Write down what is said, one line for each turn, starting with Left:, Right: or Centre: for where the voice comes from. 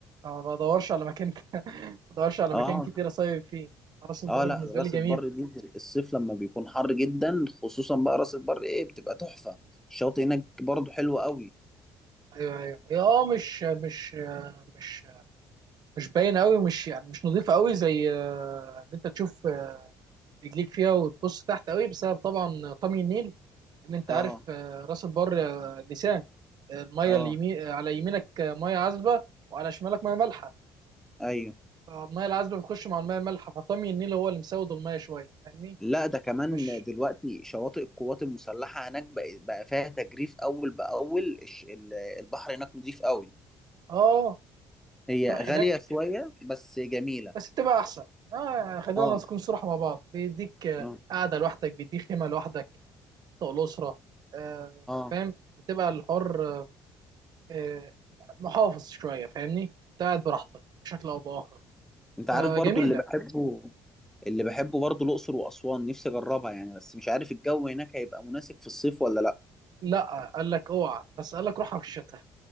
Right: أنا ما بدورش على مكان ما بدورش على
Centre: اه
Right: مكان كتير اصيف فيه راس البر
Centre: اه لا
Right: بالنسبه
Centre: راس
Right: لي جميله
Centre: البر دي الصيف لما بيكون حر جدا خصوصا بقى راس البر ايه بتبقى تحفه الشاطئ هناك برضو حلو قوي
Right: ايوه ايوه هي اه مش مش مش مش باينه قوي مش يعني مش نظيفه قوي زي آه، ان انت تشوف آه، رجليك فيها وتبص تحت قوي بسبب طبعا طمي النيل ان انت
Centre: اه
Right: عارف آه، راس البر آه، لسان آه، الميه
Centre: اه
Right: اليمين آه، على يمينك آه، ميه عذبه وعلى شمالك ميه مالحه
Centre: ايوه
Right: فالميه العذبه بتخش مع الميه المالحه فطمي النيل هو اللي مسود الميه شويه فاهمني
Centre: لا ده كمان
Right: مش
Centre: دلوقتي شواطئ القوات المسلحه هناك بقى, بقى فيها تجريف اول باول الش- ال- البحر هناك نضيف قوي
Right: اه
Centre: هي
Right: تروح
Centre: غاليه
Right: هناك
Centre: شويه بس جميله
Right: بس بتبقى احسن اه يعني خلينا
Centre: اه
Right: نكون صراحة مع بعض بيديك آه،
Centre: اه
Right: قاعدة لوحدك بيديك خيمة لوحدك طول الأسرة آه
Centre: اه
Right: فاهم بتبقى الحر آه محافظ شوية فاهمني انت قاعد براحتك بشكل أو بآخر
Centre: انت عارف
Right: فجميلة
Centre: برضو اللي بحبه اللي بحبه برضو الاقصر واسوان نفسي اجربها يعني بس مش عارف الجو هناك هيبقى مناسب في الصيف ولا لا
Right: لا قال لك اوعى بس قال لك روحها في الشتاء